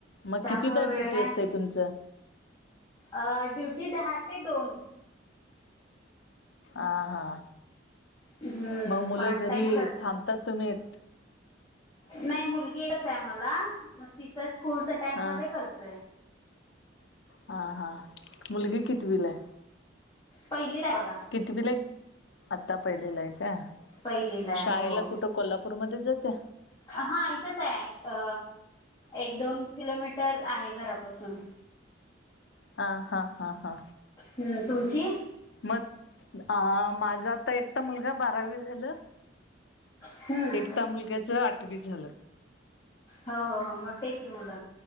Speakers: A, on the left; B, on the left.
A: मग
B: त्यामुळे
A: किती दा
B: वेळ
A: ड्युटी
B: नाही
A: असतय तुमचं
B: अ ड्युटी दहा ते दोन.
A: आ हा
B: हम्म
A: मग मुलं
B: पार्ट
A: घरी
B: टाइम
A: थांबतात तुम्हीत
B: नाय मुलगी एकच हाय आम्हला मग तिचा स्कूलच्या टाईम
A: हा
B: मध्ये करतोय.
A: हा हा मुलगी कितीवीलाय.
B: पहिलीलाय बघा
A: कितीवीलाय आता पहिलीलाय का
B: पहिलीला आहे
A: शाळेला
B: हो
A: कुठ त कोल्हापूरमध्ये जाते.
B: हा इथंच आहे अ एक दोन किलोमीटर आहे घरापासून
A: हा हा हा हा
B: हूं तुमची
A: मग अ माझा आता एकटा मुलगा बारावी झालं
B: हम्म
A: एकटा मुलग्याच आठवी झालं.
B: हो हो हो मोट्टी हाईत की मुल